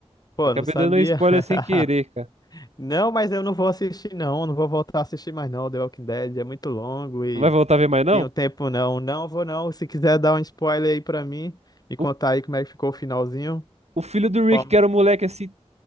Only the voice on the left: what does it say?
Pô,
não sabia.
<laughs>
Não, mas eu não vou assistir, não. Não vou voltar a assistir mais, não. The Walking Dead é muito longo e
tenho tempo, não. Não vou, não. Se quiser dar um spoiler aí pra mim, me contar
aí como é que ficou o finalzinho.
de
forma-